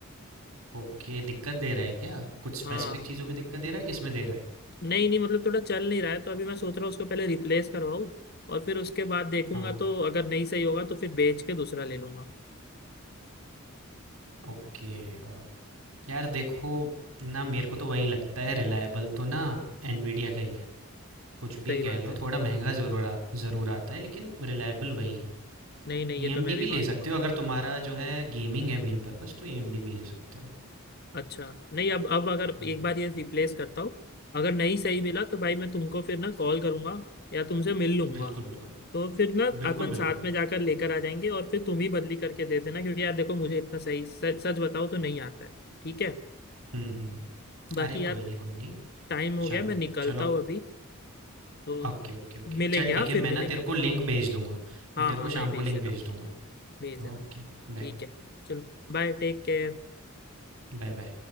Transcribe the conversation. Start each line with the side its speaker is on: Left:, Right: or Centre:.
Right: ओके, दिक्कत दे रहा है क्या? कुछ स्पेसिफिक
Left: हाँ
Right: चीज़ों में दिक्कत दे रहा है, किसमें दे रहा है?
Left: नहीं नहीं मतलब थोड़ा चल नहीं रहा है तो अभी मैं सोच रहा हूँ उसको पहले रिप्लेस करवाऊँ और फिर उसके बाद देखूंगा
Right: हाँ,
Left: तो अगर नहीं सही होगा तो फिर बेच के दूसरा ले लूंगा
Right: ओके अ, यार देखो ना मेरे को तो वही लगता है रिलायबल तो ना एनवीडिया का ही है। कुछ भी
Left: सही
Right: कह
Left: बात
Right: लो
Left: है
Right: थोड़ा महँगा ज़रूर आ ज़रूर आता है लेकिन रिलायबल वही है।
Left: नहीं नहीं ये
Right: एएमडी
Left: तो मैं भी
Right: भी ले
Left: मानूंगा
Right: सकते हो अगर तुम्हारा जो है गेमिंग है मेन पर्पज़ तो एएमडी भी ले सकते हो।
Left: अच्छा नहीं अब अब अगर
Right: हुँ,
Left: एक बार ये रिप्लेस करता हूँ अगर नहीं सही मिला तो भाई मैं तुमको फिर ना कॉल करूंगा या तुमसे मिल लूंगा
Right: बिल्कुल, बिल्कुल।
Left: तो फिर ना
Right: बिल्कुल,
Left: अपन साथ
Right: बिल्कुल।
Left: में जाकर लेकर आ जाएंगे और फिर तुम ही बदली करके दे देना क्योंकि यार देखो मुझे इतना सही सच सच बताओ तो नहीं आता है ठीक है
Right: हुँ, हुँ, हुँ।
Left: बाकी
Right: अरे
Left: यार
Right: कोई नहीं, कोई नहीं।
Left: टाइम हो
Right: चलो,
Left: गया मैं निकलता
Right: चलो
Left: हूँ अभी तो
Right: Okay, okay, okay.
Left: मिलेंगे
Right: चल ठीक
Left: हाँ
Right: है
Left: फिर
Right: मैं
Left: मिलेंगे
Right: ना तेरे को लिंक भेज दूँगा।
Left: हाँ
Right: मैं तेरे
Left: हाँ
Right: को
Left: भाई
Right: शाम
Left: भेज
Right: को लिंक
Left: देना
Right: भेज दूँगा।
Left: भेज देना
Right: ओके बाय
Left: ठीक है चलो बाय टेक केयर
Right: Bye bye